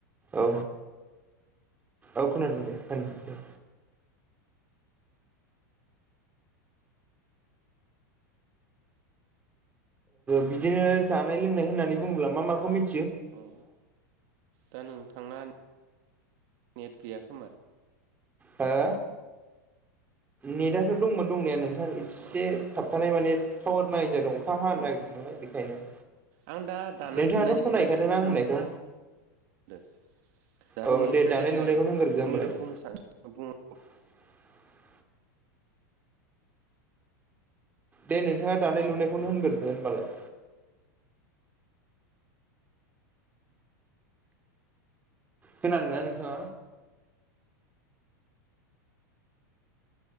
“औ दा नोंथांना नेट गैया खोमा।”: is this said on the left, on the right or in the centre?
Right